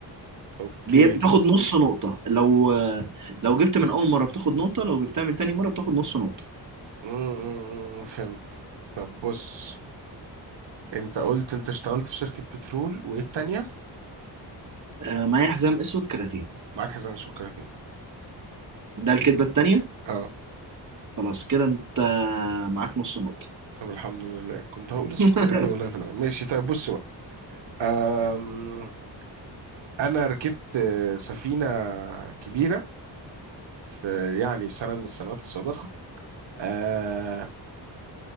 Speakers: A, on the right; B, on the right.
A: اوكي
B: بي- بتاخد نص نقطة لو آه، لو جبت من أول مرة بتاخد نقطة لو جبتها من تاني مرة بتاخد نص نقطة
A: امم فهمت طب بص انت قلت انت اشتغلت في شركه بترول وايه التانيه
B: آه، معايا حزام أسود كاراتيه
A: معاك حزام السكرتيه
B: ده الكدبة التانية
A: اه
B: خلاص كده انت معاك نص نقطة
A: طب الحمد لله كنت هقول
B: <laughs>
A: السكرتيه والله في الاول ماشي طيب بص بقى آم انا ركبت آه، سفينه كبيره في يعني في سنه من السنوات السابقه آه